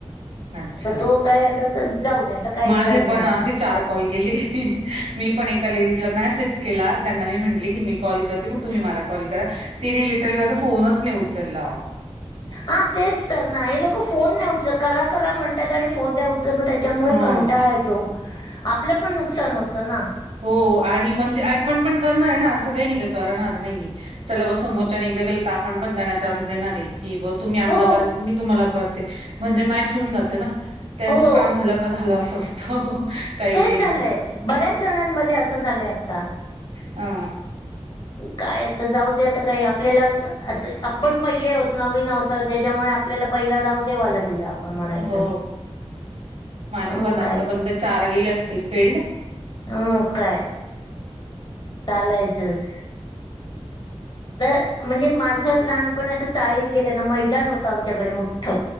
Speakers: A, on the right; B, on the left.
A: हा अच्छा
B: तर तो काय आता जाऊ द्या. आता काही
A: माझे
B: इलाज
A: पण
B: नाही आपला
A: असे चार कॉल गेली. मी पण एका लेडीजला मेसेज केला त्यांना मी म्हण की मी कॉल करते मग तुम्ही मला कॉल करा. तीने लिटरली माझा फोनच नाही उचलला.
B: हा तेच तर ना हे लोक फोन नाही उचलत. करा करा म्हणतात आणि फोन नाही उचत मग त्यामुळे
A: हा
B: कंटाळा यतो आपलं पण नुकसान होत ना.
A: हो आणि म्हणजे आप आपण पण करणार आहे ना असं काही नाही का करणार नाहीय. चला बाबा समोरच्याने एकदा गेलं आपण पण त्यांना चान्स देणार आहे की ब तुम्ही आम
B: हो
A: कर मी तुम्हाला करते म्हणजे मॅच होऊन जात ना त्यांच
B: हो
A: काम झा- झालं असं असतं. काही
B: तेच
A: काहीच
B: झालंय बऱ्याच जणांमध्ये असं झालय आता.
A: ह
B: ह काय आता जाऊ द्याता काय आपल्याला आ आपण पहिले होत नवीन आत त्याच्यामुळे, आपल्याला पहिला डाव देवाला दिला. म्हणायचं
A: हो माझे पण
B: मग
A: आतापर्यंत
B: काय
A: चार गेले असतील फेल्ड
B: हम् मग काय चालायचंच तर म्हणजे माझ लहानपण असं चाळीत गेलं ना मैदान होतं आमच्याकडे मोठ.